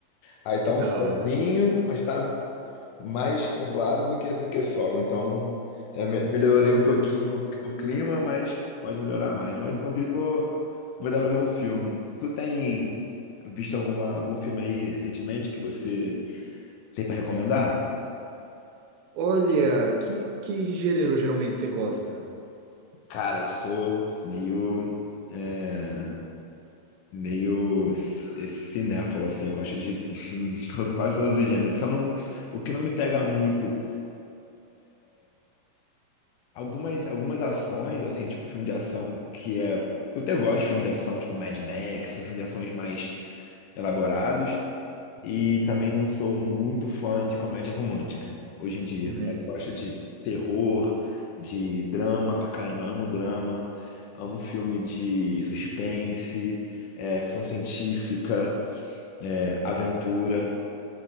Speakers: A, on the left; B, on the right.
A: Aí tá
B: que
A: um
B: da
A: solzinho,
B: hora.
A: mas tá mais nublado do que, do que sol. Então, é, me- melhorei um pouquinho o, o clima, mas pode melhorar mais. Mas enquanto isso, vou, vou dar pra ver um filme. Tu tem visto alguma, algum filme aí recentemente que você tem pra recomendar?
B: Olha, que, que gênero geralmente você gosta?
A: Cara, eu sou meio. é, meio c- cinéfalo, assim, eu gosto de <laughs> todo- quase todos os gêneros. Só não, o que não me pega muito. algumas, algumas ações, assim, tipo filme de ação que é. Eu até gosto de filme de ação, tipo Mad Max, filme de ações mais elaborados. E também não sou muito fã de comédia romântica hoje em dia.
B: Uhum.
A: Mas eu gosto de terror, de drama pra caramba, amo drama, amo filme de suspense, é, ficção científica, é, aventura.